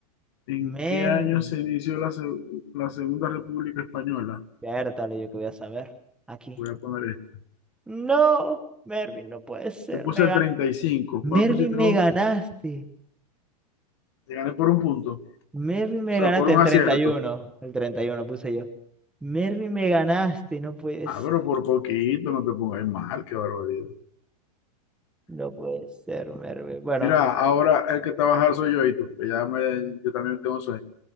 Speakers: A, on the left; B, in the centre.
A: ¿En
B: Mervin.
A: qué año se inició la, se- la Segunda República Española?
B: Vértale, yo que voy a saber. Aquí.
A: Voy a poner esta.
B: No, Mervin, no puede ser.
A: Te puse
B: Me
A: el
B: gan...
A: 35.
B: Mervin,
A: ¿Cuál pusiste
B: me
A: vos?
B: ganaste.
A: Te gané por un punto.
B: Mervin, me
A: O sea,
B: ganaste
A: por un
B: el
A: acierto.
B: treinta y uno, El 31 puse yo. Mervin, me ganaste. No puedes.
A: Ah, pero por poquito, no te pongas mal, qué barbaridad.
B: No puede ser, Mervin. Bueno.
A: Mira, ahora el que trabajar soy yo y tú, porque ya me, yo también tengo sueño.